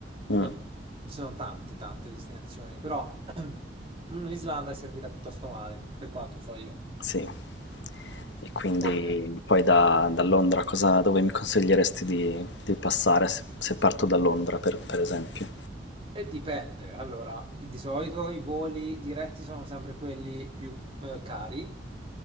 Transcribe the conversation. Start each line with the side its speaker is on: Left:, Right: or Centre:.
Left: Mm,
Right: Eh, Ci sono tante, tante destinazioni, però <clears throat> mm, l'Islanda è servita piuttosto male, per quanto so io.
Left: sì. E quindi
Right: Ok,
Left: poi da, da Londra cosa, dove mi consiglieresti di, di passare se, se parto da Londra, per, per esempio?
Right: e dipende. Allora, di solito i voli diretti sono sempre quelli più eh, cari